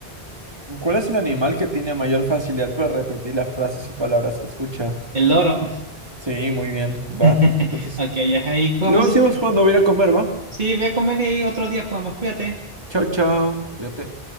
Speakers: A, on the right (about 25°); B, on the right (about 50°).
A: ¿Cuál es el animal que tiene mayor facilidad para repetir las frases y palabras que escucha?
B: El loro.
A: Sí, muy bien, va.
B: <laughs>
A: Entonces,
B: Ok, ya ahí jugamos
A: luego seguimos
B: otro.
A: cuando voy a ir a comer, ¿va?
B: Sí, voy a comer y ahí otro día jugamos. Cuídate.
A: Chao, chao. Cuídate.